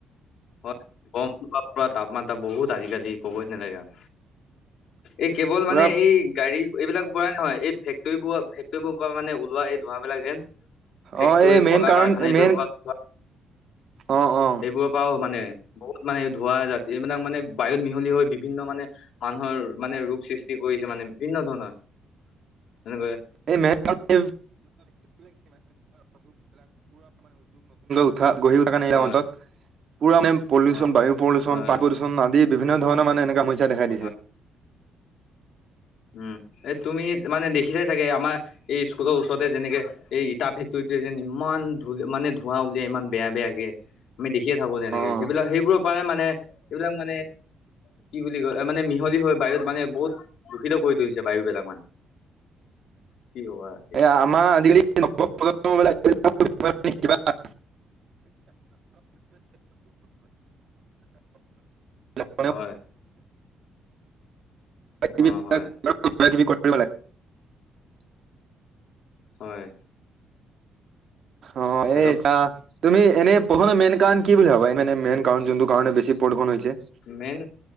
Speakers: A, on the left; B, on the right.
A: হয় বম তাপমাত্ৰা বহুত আজিকালি ক'বই নালাগে।
B: <inaudible>
A: এই কেৱল
B: পুৰা
A: মানে এই গাড়ী এইবিলাক বঢ়াই হয় এই ফেক্টৰীবোৰ ফেক্টৰীবোৰ পৰা মানে ওলোৱা এই ধোঁৱাবিলাক যেন। ফেক্টৰী
B: অ এই মেইন
A: ক'লা
B: কাৰণ
A: কাৰখানা এইবিলাক
B: মেইন
A: পৰা ওলোৱা
B: অ', অ'।
A: বোৰৰ পৰাও মানে বহুত মানে ধোৱা জাত এইবিলাক মানে বায়ুত মিহলি হৈ বিভিন্ন মানে মানুহৰ মানে ৰোগ সৃষ্টি কৰিছে মানে বিভিন্ন ধৰণৰ, এনেকৈ।
B: <unintelligible> নতুনকৈ উঠা গঢ়ি উঠা কাৰণে
A: হয়
B: অঞ্চলত পুৰা মানে পলিউশ্যন
A: হয়
B: বায়ু পলিউশ্যন
A: হয়
B: <unintelligible> পলিউশ্যন আদি। বিভিন্ন ধৰণৰ মানে এনেকা সমস্যা দেখাই
A: হয়
B: দিছে।
A: উম, এই তুমি মানে লিখি চাই চাগে আমাৰ এই স্কুলৰ ওচৰতে যে যেনেকে এই ইটা ফেক্টৰীটোৱে যেন ইমান ধ মানে ধোঁৱা উলিয়াই ইমান বেয়া বেয়াকে। আমি দেখিয়ে থাকো তেনেকে
B: অ
A: সেইবিলাক সেইবোৰৰ পৰাই মানে এইবিলাক মানে কি বুলি কয় মানে মিহলি বায়ুত মানে বহুত দূষিত কৰি তুলিছে বায়ু বিলাক মানে কি কবা। এতিয়া।
B: এয়া আমাৰ আজিকালি নবপ্ৰজন্মবিলাক <unintelligible> মানে
A: হয়।
B: কিবি
A: অ', হয়।
B: কিবা কিবি কৰিব লাগে।
A: হয়।
B: অ',
A: হেল্ল'
B: এইটা তুমি এনে প্ৰদূষণৰ মেইন কাৰণ কি বুলি ভাবা, এ মানে মেইন কাৰণ যোনটো কাৰণে বেছি প্ৰদূষন হৈছে?
A: মেইন